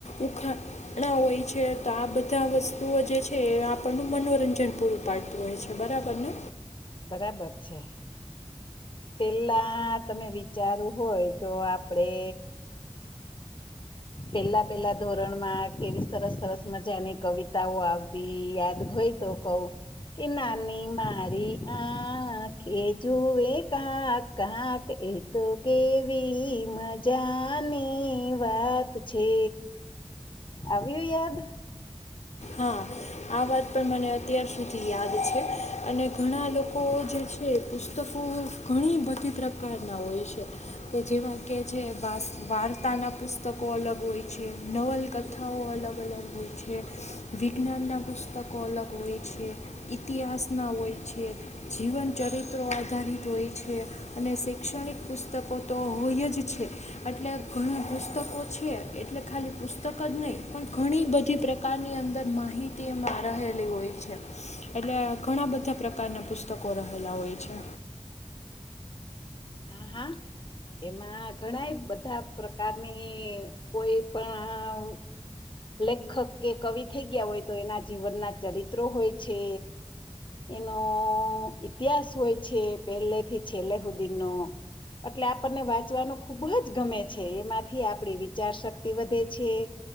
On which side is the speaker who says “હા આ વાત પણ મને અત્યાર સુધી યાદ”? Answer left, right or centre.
Left